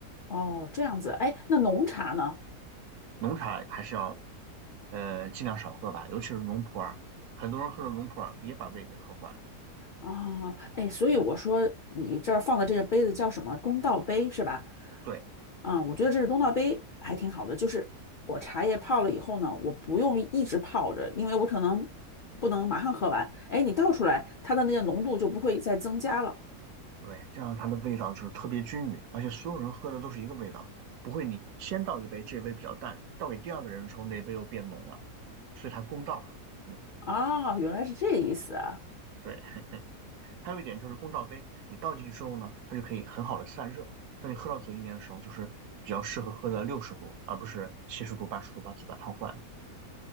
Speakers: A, on the left (about 80°); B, on the right (about 75°).
A: 哦，这样子，哎，那浓茶呢？
B: 浓茶还是要呃尽量少喝吧，尤其是浓普洱，很多人喝了浓普洱也把胃给喝坏了。
A: 啊，哎，所以我说你这儿放的这个杯子叫什么？公道杯是吧？
B: 对。
A: 啊，我觉得这是公道杯还挺好的，就是我茶叶泡了以后呢，我不用一直泡着，因为我可能不能马上喝完。哎，你倒出来，它的那个浓度就不会再增加了。
B: 对，这样它的味道就是特别均匀，而且所有人喝的都是一个味道，不会你先倒一杯，这杯比较淡，倒给第二个人的时候，那杯又变浓了，所以它公道。嗯，
A: 啊，原来是这个意思啊。
B: 对。<laughs> 还有一点就是公道杯，你倒进去之后呢，它就可以很好的散热，当你喝到嘴里面的时候，就是比较适合喝的六十度，而不是七十度、八十度把嘴巴烫坏了。